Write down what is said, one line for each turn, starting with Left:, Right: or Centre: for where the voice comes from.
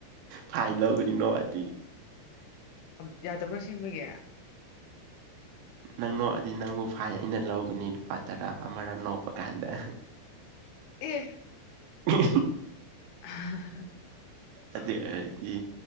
Right: ꯐꯥꯏꯟ ꯂꯧꯒꯅꯤꯅꯣ ꯑꯗꯨꯗꯤ
Left: ꯌꯥꯗꯕ꯭ꯔꯥ ꯁꯦꯝꯕꯒꯤꯦ
Right: ꯅꯪ ꯅꯣꯛꯑꯗꯤ ꯅꯪꯕꯨ ꯐꯥꯏ ꯑꯩꯅ ꯂꯧꯒꯅꯤ ꯂꯨꯄꯥ ꯇꯔꯥ ꯑꯃꯔꯥ ꯅꯣꯛꯄ ꯀꯥꯟꯗ
Left: ꯑꯦ
Right: ꯎ
Left: <unintelligible>
Right: ꯑ ꯍꯥꯏꯗꯤ